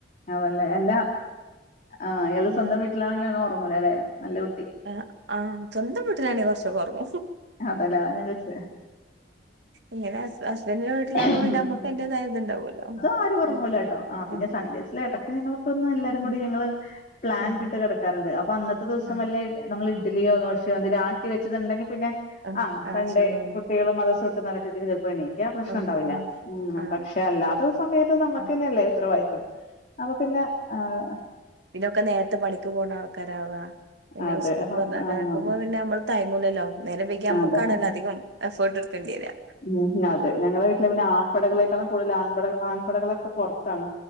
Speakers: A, on the left (about 45°); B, on the right (about 80°).
A: അതല്ലേ അല്ല ആ് ഇയാള്
B: ഇല്ല
A: സ്വന്തം വീട്ടിലാണെങ്കിലും നെ ഉറങ്ങലേ അല്ലെ നല്ല കുട്ടി
B: ആ ആഹ് സ്വന്തം വീട്ടിലാണെ കുറച്ച ഉറങ്ങും
A: അതല്ലേത
B: ഇങ്ങനെ ഹസ് ഹസ്ബൻഡിന്റെ വീട്ടിലാകുമ്പോ
A: <unintelligible>
B: പിന്നെ നമ്മക്ക് അതിന്റേതായ ഇതുണ്ടാവുമല്ലോ
A: ആരും ഉറങ്ങൂലട്ടോ
B: ഉം
A: ആ പിന്നെ
B: ആഹ്
A: സൺഡേ ഇടക്ക് ഞങ്ങളൊക്കൊന്ന് എല്ലാരും കൂടി
B: ഉം
A: ഞങ്ങള് പ്ലാന്
B: ആഹ്
A: ഇട്ട് കിടക്കാറ്ണ്ട് അപ്പൊ അന്നത്തെ ദിവസം
B: ആഹ്
A: വല്ല നമ്മൾ ഇഡ്ലിയോ ദോശയോ എന്തെലും ആട്ടി വെച്ചത്ണ്ടെങ്കിൽ പിന്നെ
B: ആഹ്
A: ആ
B: ആഹ്
A: സൺഡേ
B: സുഖാണ്
A: കുട്ടികള് മദ്രസ വിട്ടന്ന് നെലക്കൊക്കെ ചിലപ്പോൾ എണീക്കും ക്ക്യ പ്രശ്നം
B: ആഹ്
A: ഇണ്ടാവില്ല
B: ആഹ്
A: ഉം
B: ആഹ്
A: പക്ഷെ അല്ലാത്ത സമയത്ത് നമ്മുക്ക്
B: ആഹ്
A: തന്നെയല്ലേ ഉത്തരവാദിത്തം അപ്പൊ പിന്നെ ആഹ്
B: പിന്നെ ഒക്കെ നേരത്തെ പണിക്ക് പോണ ആൾക്കാരാണ്ല്ലോ പിന്നെ
A: അതെ
B: സ്കൂൾക്ക്
A: ആഹ്
B: പറഞ്ഞയക്കാനാമ്പൊ പിന്നെ നമ്മൾ തയങ്ങൂലല്ലോ നേരം വൈകി അമ്മക്കാണല്ലോ
A: അതെ
B: അധികം എഫേർട്ട് എടുക്കേണ്ടിരാ
A: ഉം അതെ ഞങ്ങളുടെ വീട്ടില് പിന്നെ ആൺപടെകളേക്കാളും കൂടുതൽ ആൺപട ആൺപടകളൊക്കെ പുറത്താണ്